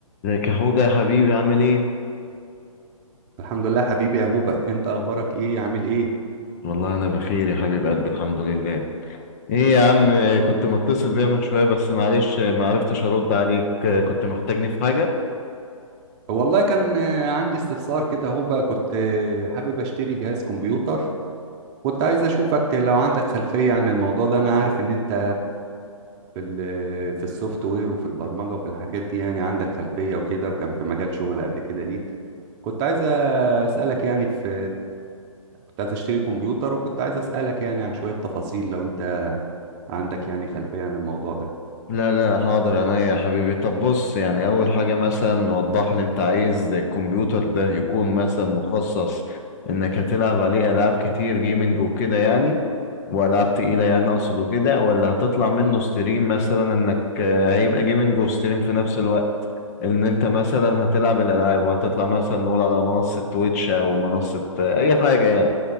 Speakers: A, on the left; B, on the right.
A: ازيك يا حوده يا حبيبي عامل ايه
B: الحمد لله حبيبي يا هوبا انت اخبارك ايه عامل ايه
A: والله انا بخير يا حبيب قلبي الحمد لله ايه يا عم آه، كنت متصل بيا من شويه بس معلش آه، ما عرفتش ارد عليك آه، كنت محتاجني في حاجه
B: والله كان آه، عندي استفسار كده يا هوبا كنت آه، حابب اشتري جهاز كمبيوتر كنت عايز اشوفك لو عندك خلفية عن الموضوع ده انا عارف ان انت في ال- في السوفت وير وفي البرمجة وفي الحاجات دي يعني عندك خلفية وكده وكان في مجال شغل قبل كده ليك كنت عايز اسالك يعني في كنت عايز اشتري كمبيوتر وكنت عايز اسالك يعني عن شوية تفاصيل لو انت عندك يعني خلفية عن الموضوع ده
A: لا لا حاضر عينيا يا حبيبي طب بص يعني اول حاجه مثلا وضح لي انت عايز الكمبيوتر ده يكون مثلا مخصص انك هتلعب عليه العاب كتير جيمنج وكده يعني والعاب تقيله يعني اقصد كده ولا هتطلع منه ستريم مثلا انك آه، هيبقى جيمنج وستريم في نفس الوقت ان انت مثلا هتلعب الالعاب وهتطلع مثلا نقول على منصة تويتش او منصة آه، اي حاجة يعني